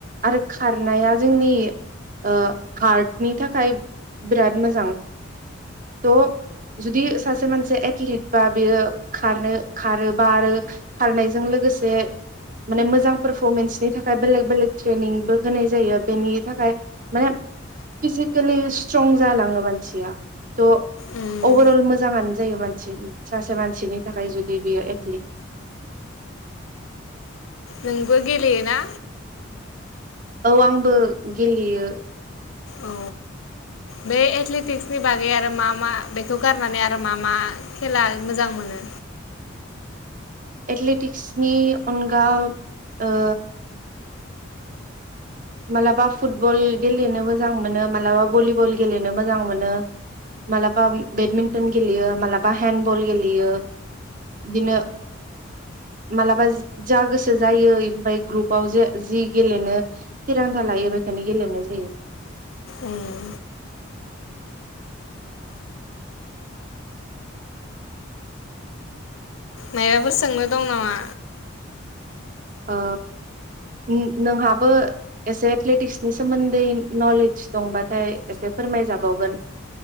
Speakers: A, on the right; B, on the left.
A: आरो खारनाया जोंनि ओ हार्टनि थाखाय बिराद मोजां त' जुदि सासे मानसि एथलिट बा बेयो खारनो खारो बा आरो खारनायजों लोगोसे माने मोजां पारफरमेन्सनि थाखाय बेलेक बेलेक ट्रेनिंबो होनाय जायो बेनि थाखाय माने फिजेकेलि स्ट्रं जालाङो मानसिया ट'
B: उम
A: अभारअल मोजाङानो जायो मानसि सासे मानसिनि थाखाय जुदि बियो एथलिट
B: नोंबो गेलेयोना?
A: औ आंबो गेलेयो।
B: औ बे एथलेटिक्सनि बागै आरो मा मा बेखौ गारनानै आरो मा मा खेला मोजां मोनो?
A: एथलेटिक्सनि अनगा ओ मालाबा फुटबल गेलेनो मोजां मोनो मालाबा भलिबल गेलेनो मोजां मोनो मालाबा बेडमिन्टन गेलेयो मालाबा हेन्दबल गेलेयो दिनो मालाबा जा गोसो जायो ओमफाय ग्रुपाव जे जि गेलेनो थिरांथा लायो बेखोनो गेलेनाय जायो।
B: उम मायबाबो सोंनो दं नामा?
A: ओ उम नोंहाबो एसे एथलेटिक्सनि सोमोन्दै नलेज दंबाथाय एसे फोरमायजाबावगोन।